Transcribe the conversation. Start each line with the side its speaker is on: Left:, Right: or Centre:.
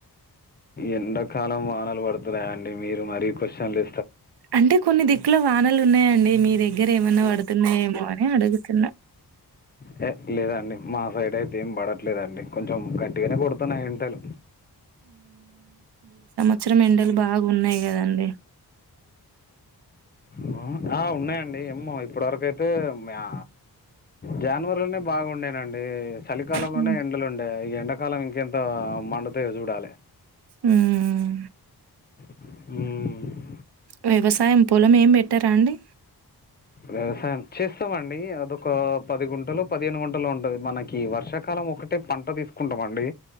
Left: ఎండాకాలం వానలు పడుతున్నాయా అండి మీరు మరీ క్వశ్చన్ లు
Right: అంటే కొన్ని దిక్కుల వానలున్నాయండి మీద గ్గరేమన్నా పడుతున్నయి ఏమో అని అడుగుతున్నా
Left: హె లేదండి మా సైడ్ అయితే ఏం పడట్లేదండి కొంచెం గట్టిగానే కొడుతున్నాయి ఎండలు
Right: వత్సరం ఎండలు బాగున్నాయ్ కదండి
Left: మ్ ఆ ఉన్నాయండి ఏమ్మో ఇప్పటి వరకైతే మ్యా జనవరిల నే బాగుండేనండి చలికాలంలోనే
Right: హ్మ్.
Left: ఎండలుండే ఇగ ఎండకాలం ఇంకెంత్ అ మండుతయో చూడాలే
Right: హ్మ్.
Left: మ్
Right: వ్యగసాయం పోలం ఏం పెట్టారా అండి
Left: వ్యవసాయం చేస్తామండి అదొకా పది గుంన్ పదిహేను గంటలో ఉంటది మనకి వర్షాకాలం ఒకటే పంట తిస్కుంటాం అండి